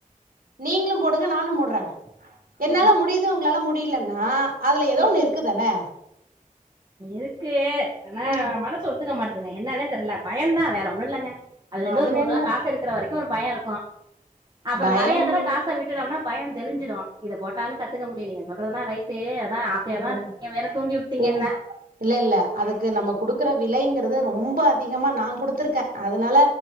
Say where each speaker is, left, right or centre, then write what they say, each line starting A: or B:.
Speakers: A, on the right; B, on the right.
A: நீங்ளு போடுங்க நானு போட்ற என்னால
B: ம்
A: முடி து உங்களால முடிலன்னா அதுல ஏதோ
B: ம்
A: ஒன்னு இருக்குதானே
B: இருக்கு ஆனா
A: ம்
B: மனசு ஒத்துக்க மாட்டுதுங்க என்னானே தெர்ல பயந்தா வேற ஒன்னு இல்லங்க அதுலேந்து
A: அது
B: ஒரு நூர்ரூவா
A: வேணா
B: காசெடுக்குற வரைக்கு ஒரு பயோ இருக்கு அப்பறோ
A: பயம்
B: நெறைய தடவ காச விட் டுடோம்னா பயோ தெளிஞ்சிடு இத போட்டாலு கத்துக்க முடியு நீங்க சொல்றதெல்லா ரைட் ட்டு அதா ஆசையாதா
A: ம்
B: இருக்குங்க நீங்க வேற தூண்டி விட்டீங்க
A: ஏன்
B: என்ன
A: இல்ல இல்ல அதுக்கு நம்ம குடுக்குற விலைங்கறது ரொம்ப அதிகமா நா குடுத்துருக்க அதனால